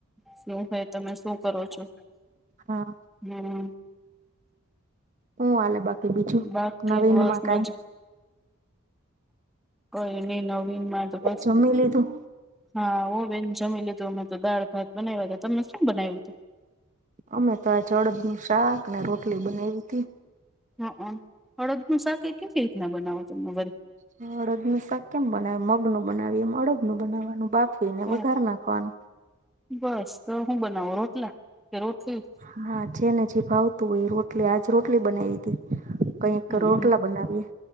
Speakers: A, in the centre; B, on the right.
A: શું હય તમે શું કરો છો?
B: હા
A: હમ્મ
B: હું હલે બાકી બીજું
A: બાકી
B: નવીન
A: બસ
B: માં
A: મજ
B: કઈ
A: કોઈ નહી નવીન માં તો બસ
B: જમી લીધું
A: હા ઓ બેન જમી લીધું અમે તો દાળ ભાત બનાવ્યા હતા તમને શું બનાવ્યું હતું
B: અમે તો આ જડદ ન શાક ને રોટલી બનાવી તી
A: હા હળદ નું શા કઈ કેવી રીતના બનાવો તરી
B: હ અડદ નનું શાક કેમ બનાવે મગનું બનાવી એમ અડદ નું બનાવાનું બાફવીને
A: હા
B: વધાર નાખવાનું
A: બસ તો હું બનાવું રોટલા કે રોટલી
B: હા જેને જે ભાવતું હોય એ રોટલી આજ રોટલી બનાવી હતી કઈક
A: હમ
B: રોટલા બનાવીએ